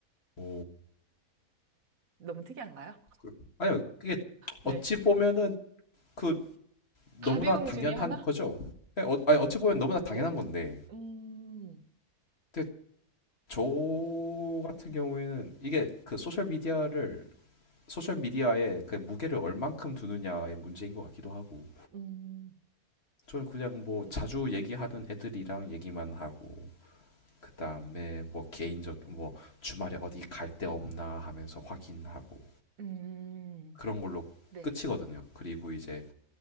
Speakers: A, on the left; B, on the right.
A: 오
B: 너무 특이한가요?
A: 그, 아니요 그게
B: 네.
A: 어찌 보면은 그 너무나
B: 가벼움
A: 당연한
B: 중에 하나?
A: 거죠 예, 어, 아니, 어찌 보면 너무나 당연한
B: 네.
A: 건데
B: 음,
A: 근데 저
B: 네.
A: 같은 경우에는 이게 그 소셜 미디어를 소셜 미디어에 그 무게를 얼만큼 두느냐의 문제인 것 같기도 하고
B: 음,
A: 저는 그냥 뭐
B: 네.
A: 자주 얘기하는 애들이랑 얘기만 하고 그 다음에 뭐 개인적 뭐 주말에 어디 갈데 없나 하면서 확인하고
B: 음,
A: 그런 걸로
B: 네.
A: 끝이거든요. 그리고 이제